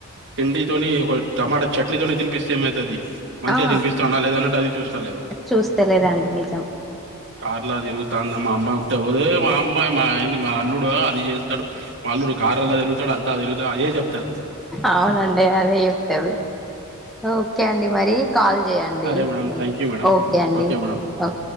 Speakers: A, on the right; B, in the centre.
A: తిండి తోని ఒక టమాటా చట్నీతోని తిపిస్తే ఏమవుతుంది మంచిగా
B: ఆ
A: తినిపిస్తుడా లేదన్నట్టు అది చూస్త లేరు
B: చూస్తలేరండి నిజం
A: కార్లా తిరుగుతాంద మా అమ్మాయి విట్టపోదు మాఅమ్మాయి మా మా అల్లుడు అది చేస్తాడు అల్లుడు కారులా తిరుగుతాడు అంతా తిరుగుతాడు అదే చెప్తారు
B: అవునండి అది చేప్తాడు ఓకే అండి మరి కాల్ చేయండి
A: సరే మేడం
B: మీరు
A: థ్యాంక్ యూ మేడం
B: ఓకే అండి
A: మేడం
B: ఓ